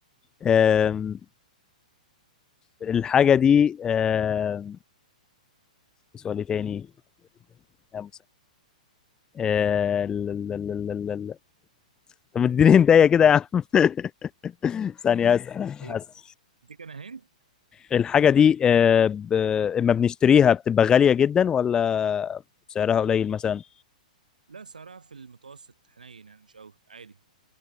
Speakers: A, on the left; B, on the right.
A: أم، الحاجه دي أم، سؤال إيه تاني يا مسهل طب اديني هدايا كده يا عم <laughs> ثانية اسأل
B: هي
A: اسأل
B: دي كان هنت
A: الحاجة دي آه، ب... اما بنشتريها بتبقى غالية جدا ولا سعرها قليل مثلا
B: لا صراحة في المتوسط حنين يعني مش قوي عادي